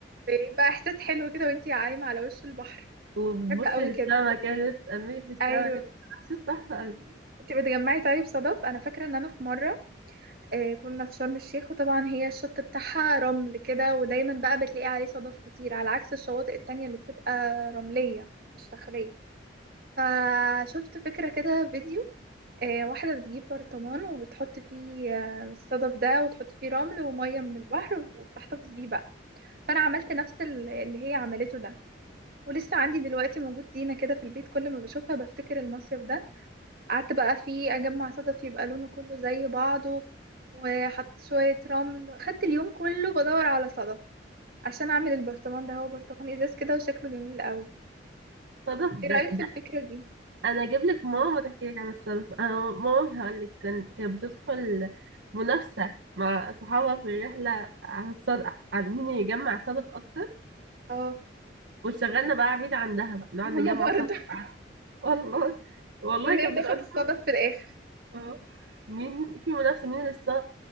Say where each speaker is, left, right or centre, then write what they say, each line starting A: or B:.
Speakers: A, on the right; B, on the right.
A: بيبقى احساس حلو كده وانتي عايمة على وش البحر
B: وبتبصي
A: بحب قوي
B: للسما
A: كده
B: كده تأملي في السما
A: ايوه
B: كده احساس تحفه قوي
A: كنت بتجمعي طيب صدف انا فاكرة ان انا في مرة آه، كنا في شرم الشيخ وطبعا هي الشط بتاعها رمل كده ودايما بقى بتلاقي عليه صدف كتير على عكس الشواطئ التانية اللي بتبقى رملية مش صخرية فشفت فكرة كده فيديو آه، واحدة بتجيب برطمان وبتحط فيه آه، الصدف ده وتحط فيه رمل ومية من البحر وبتحتفظ بيه بقى فأنا عملت نفس ال- اللي هي عملته ده ولسه عندي دلوقتي موجود زينة كده في البيت كل ما بشوفها بفتكر المصيف ده قعدت بقى فيه اجمع صدف يبقى لونه كله زي بعضه وحطيت شوية رمل خدت اليوم كله بدور على صدف عشان اعمل البرطمان ده هو برطمان ازاز كده وشكله جميل قوي
B: صدف
A: ايه
B: ده
A: رأيك في الفكرة دي
B: انا اجيب لك ماما تحكي لك عن السالفه انا ماما هقول لك كان- كانت بتدخل منافسه مع صحابها في الرحله على الصدف على مين يجمع صدف اكتر
A: اه
B: وشغلنا بقى عبيد عندها بقى نقعد
A: ماما
B: نجمع
A: برضه
B: صدف بقى. والله
A: <laughs>
B: والله
A: وهي
B: كان
A: تاخد
B: بيبقى
A: الصدف في الاخر
B: آه. مين في منافسه مين اللي صدف